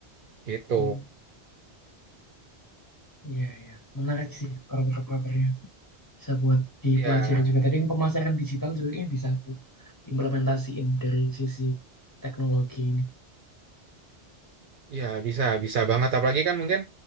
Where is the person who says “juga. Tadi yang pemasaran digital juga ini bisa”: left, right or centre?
Left